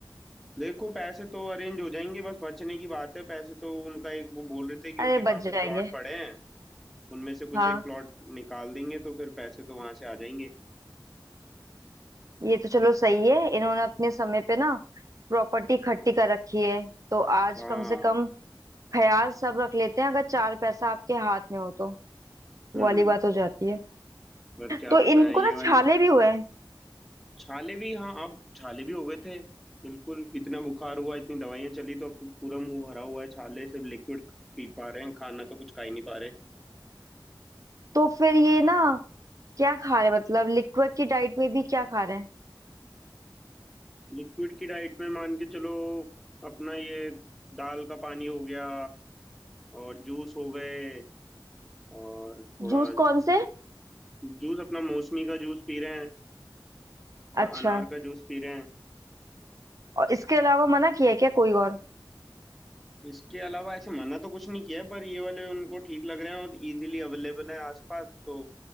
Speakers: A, in the centre; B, on the right.
A: देखो पैसे तो अरेंज हो जाएंगे बस बचने की बात है पैसे तो उनका एक वो बोल रहे थे कि
B: अरे
A: उनके काफी
B: बच जाएंगे
A: प्लॉट पड़े हैं उनमें से कुछ
B: हाँ
A: एक प्लॉट निकाल देंगे तो फिर पैसे तो वहां से आ जाएंगे
B: ये तो चलो सही है इन्होंने अपने समय पे ना प्रॉपर्टी इकट्ठी कर रखी है तो आज
A: हाँ
B: कम से कम ख्याल सब रख लेते हैं अगर चार पैसा आपके हाथ में हो तो वो
A: हम्म
B: वाली बात हो जाती है
A: पर क्या
B: तो
A: बताएं
B: इनको
A: ये
B: ना
A: वाल
B: छाले भी हुए
A: छाले भी हाँ अब छाले भी हो गए थे बिल्कुल इतना बुखार हुआ इतनी दवाइयां चली तो अब तो पूरा मुंह भरा हुआ है छाले सिर्फ लिक्विड पी पा रहे हैं खाना तो कुछ खा ही नहीं पा रहे
B: तो फिर ये ना क्या खा रहे हैं? मतलब लिक्विड की डाइट में भी क्या खा रहे हैं
A: लिक्विड की डाइट में मान के चलो अपना ये दाल का पानी हो गया और जूस हो गए और थोड़ा
B: जूस कौन से
A: जूस अपना मौसमी का जूस पी रहे हैं और
B: अच्छा
A: अनार का जूस पी रहे हैं
B: और इसके अलावा मना किया है क्या कोई और
A: इसके अलावा ऐसे मना तो कुछ नहीं किया है, पर ये वाले उनको ठीक लग रहे हैं और इजीली अवेलेबल है आसपास तो